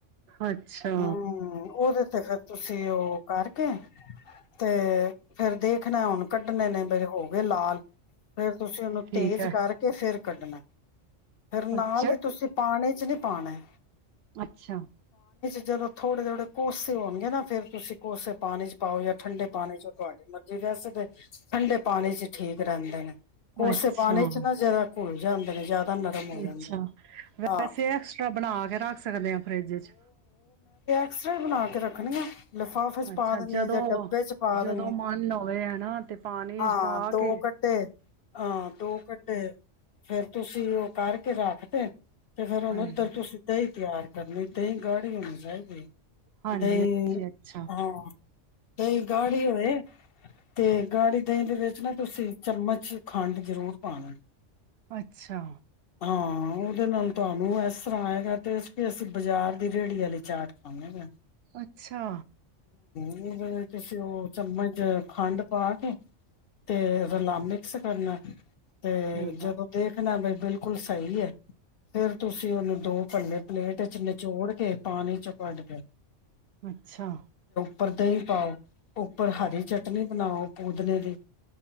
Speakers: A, on the right; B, on the left.
A: ਅੱਛਾ
B: ਹਮ ਉਹਦੇ ਤੇ ਫਿਰ ਤੁਸੀਂ ਉਹ ਕਰਕੇ ਤੇ ਫੇਰ ਦੇਖਣਾ ਹੁਣ ਕੱਢਣੇ ਨੇ ਮੇਰੇ ਹੋ ਗਏ ਲਾਲ ਫੇਰ ਤੁਸੀਂ ਉਹਨੂੰ
A: ਠੀਕ
B: ਤੇਜ਼
A: ਹੈ
B: ਕਰਕੇ ਫਿਰ ਕੱਢਣਾ ਫੇਿਰ ਨਾਲ
A: ਅੱਛਾ
B: ਹੀ ਤੁਸੀਂ ਪਾਣੀ ਚ ਨੀ ਪਾਉਣਾ
A: ਅੱਛਾ
B: ਜਦ ਥੋੜੇ ਥੋੜੇ ਕੋਸੇ ਹੋਣਗੇ ਨਾ ਫੇਿਰ ਤੁਸੀਂ ਕੋਸੇ ਪਾਣੀ ਚ ਪਾਓ ਜਾਂ ਠੰਡੇ ਪਾਣੀ ਚ ਤੁਹਾਡੀ ਮਰਜ਼ੀ ਵਹਿ ਸਕਦੇ ਠੰਡੇ ਪਾਣੀ ਚ ਠੀਕ ਰਹਿੰਦੇ ਨੇ ਕੋਸੇ
A: ਅੱਛਾ
B: ਪਾਣੀ ਚ ਨਾ ਜ਼ਿਆਦਾ ਘਲ ਜਾਂਦੇ ਨੇ ਜ਼ਿਆਦਾ ਨਰਮ ਹੋ ਜਾਂਦੇ
A: ਅੱਛਾ ਵੈਸੇ
B: ਹਾਂ
A: ਐਕਸਟਰਾ ਬਣਾ ਕੇ ਰੱਖ ਸਕਦੇ ਆਾਂ ਫਰਿੱਜ ਚ
B: ਐਕਸਰੇ ਬਣਾ ਕੇ ਰੱਖਣੀ ਆ ਲਿਫਾਫੇ ਚ
A: ਅੱਛਾ
B: ਪਾ ਦਿੰਦੇ
A: ਜਦੋਂ
B: ਹਾਂ ਜਾਂ ਡੱਬੇ ਚ ਪਾ
A: ਜਦੋਂ
B: ਦਿੰਦੇ ਹ
A: ਮਨ ਹੋਵੇ ਹਨਾ ਤੇ ਪਾਣੀ
B: ਹਾਂ
A: ਚ ਪਾ
B: ਦੋ
A: ਕੇ
B: ਕੱਢੇ ਹਾਂ ਦੋ ਕੱਢੇ ਫੇਰ ਤੁਸੀਂ ਚੀ ਉਹ ਕਰਕੇ ਰੱਖਦੇ ਤੇ ਫੇਰ ਉਹਨੂੰੱਧਰ
A: ਹਾਂਜੀ
B: ਤੂੰ ਸਿੱਧਾ ਹੀ ਤਿਆਰ ਕਰਨ ਨਹੀਂ ਦਹੀਂ ਗਾੜੀ ਹੋਣੀ ਚਾਹੀਦੀ
A: ਹਾਂਜੀ
B: ਨਹੀਂ
A: ਅੱਛਾ
B: ਹਾਂ <unintelligible> ਈ ਗਾੜੇ ਹੋਏ ਤੇ ਗਾੜੀ ਦਹੀਂ ਦੇ ਵਿੱਚ ਨਾ ਤੁਸੀਂ ਚਮਚ ਖੰਡ ਜ਼ਰੂਰ ਪਾਣਾ
A: ਅੱਛਾ
B: ਹਾਂ ਉਹਦੇ ਨਾਲ ਤੁਹਾਨੂੰ ਇਸ ਤਰ੍ਹਾਂ ਹੈਏਗਾ ਤੇ ਇਸ ਵੀ ਅਸੀਂ ਬਾਜ਼ਾਰ ਦੀ ਰੇਹੜੀ ਵਾਲੀ ਚਾਟ ਹਣੇ <unintelligible>
A: ਅੱਛਾ
B: ਜਿਵੇ ਤੁਸੀਂ ਉਹ ਚਮਚ ਖੰਡ ਪਾ ਕੇ ਤੇ ਰਲਾ ਮਿਕਸ ਕਰਨਾ ਤੇ
A: ਠੀਕ
B: ਜਦੋਂ
A: ਆ
B: ਦੇਖਣਾ ਬਈ ਬਿਲਕੁਲ ਸਹੀ ਹੈ ਫੇਰ ਤੁਸੀਂ ਉਹਨੂੰ ਦੋ ਭੱਲੇ ਪਲੇਟ ਚ ਨਿਚੋੜ ਕੇ ਪਾਣੀ ਚ ਪਡ ਪ <unintelligible>
A: ਅੱਛਾ
B: ਉੱਪਰ ਦਹੀਂ ਪਾਓ ਉੱਪਰ ਹਰੀ ਚਟਨੀ ਬਣਾਓ ਪੂਦਨੇ ਦੀ